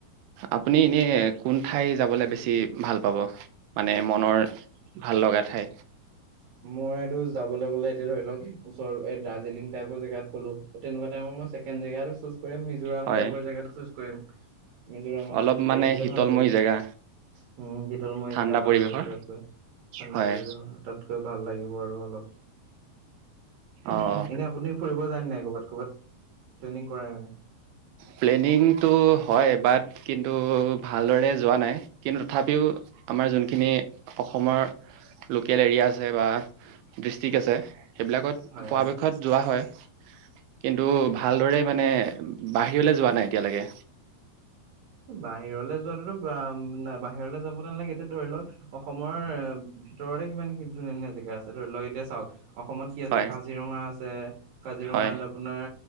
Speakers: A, on the right; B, on the right.
A: আপুনি
B: হয়
A: এনে কোন ঠাই যাবলে বেছি ভাল। পাব। মানে মনৰ ভাল লগা ঠাই।
B: মই। যাব গলে এতি ধৰি লও ওচৰ দাৰ্জিলিং টাইপৰ জোত ক'লো তেনেকোৱাই মই ছেকেণ্ড জেজ <unintelligible> কৰি মিজোৰাম
A: হয়,
B: টাইপৰ জেগাতো চুজ কৰিম মিজোৰামত
A: অলপ
B: চুজ
A: মানে
B: কৰিম তেতিয়া
A: শীতলময়
B: ভাল লাগিব উ
A: জেগা
B: শীতলময়
A: ঠাণ্ডা
B: জেগা ভাল
A: পৰিৱেশৰ
B: লাগিব তাত গৈ ঠাণ্ডা
A: হয়,
B: পৰিবেশ তাত লাগিব আৰু হল <unintelligible>
A: অ'।
B: এনে আপুনি ফুৰিব জানে <unintelligible> আৰু <unintelligible>
A: প্লেনিংটো হয় বাট কিন্তু ভালদৰে যোৱা নাই কিন্তু তথাপিও আমাৰ যোনখিনি অসমৰ লোকেল এৰিয়া আছে বা ডিষ্ট্ৰিক্ আছে সেইবিলাকত
B: হয়
A: পৰাপক্ষত
B: হয়
A: যোৱা হয় কিন্তু ভালদৰে
B: অ
A: মানে বাহিৰলৈ যোৱা নাই এতিয়ালৈকে
B: বাহিৰলৈ যোৱাটোতো বাহিৰলৈ যাব ন নালাগে এতিয়া ধৰি লওক অসমৰ ভিতৰতে কিমান ধুনীয়া ধুনীয়া জেগা আছে ধৰি লওক এতিয়া চাওক অসমত কি আছে
A: হয়
B: কাজিৰঙা আছে কাজিৰঙাত
A: হয়
B: আপোনাৰ